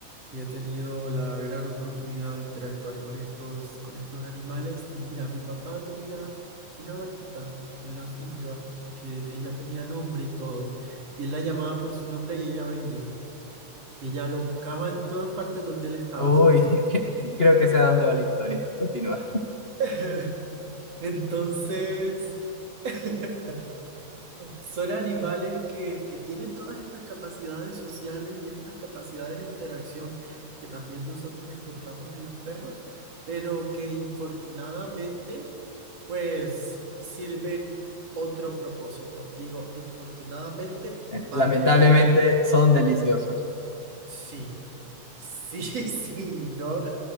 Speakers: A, on the right; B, on the left.
A: y he tenido la gran oportunidad de interactuar con estos, con estos animales. Y mira, mi papá tenía una vaquita en la finca que ella tenía nombre y todo. Y él la llamaba por su nombre y ella venía. Y ella lo buscaba en todas partes donde él estaba.
B: Uy,
A: Así que
B: <laughs> que creo que sé a dónde va la historia. Continúa.
A: <laughs> entonces... <laughs> Son animales que, que tienen todas estas capacidades sociales y estas capacidades de interacción que también nosotros encontramos en los perros, pero que infortunadamente pues sirven otro propósito. Digo, infortunadamente
B: Eh,
A: para
B: Lamentablemente
A: el...
B: son deliciosos.
A: Sí, sí, <laughs> sí, ¿no?